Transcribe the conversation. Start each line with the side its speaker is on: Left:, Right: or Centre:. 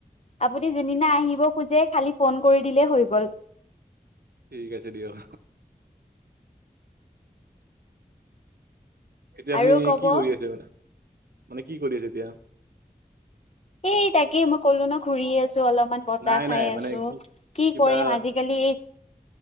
Left: আপুনি যোনদিনা আহিব খোজে খালি ফোন কৰি দিলে হৈ গ'ল।
Right: ঠিক আছে দিয়ক। এতিয়া আপুনি
Left: আৰু ক'ব
Right: কি কৰি আছে মানে, মানে কি কৰি আছে এতিয়া?
Left: এ, তাকেই মই ক'লো না ঘূৰিয়ে আছোঁ। চ' অলপমান বতাহ
Right: নাই
Left: খাই
Right: নাই মানে
Left: আছোঁ।
Right: কি
Left: কি
Right: কিবা
Left: কৰিম আজিকালি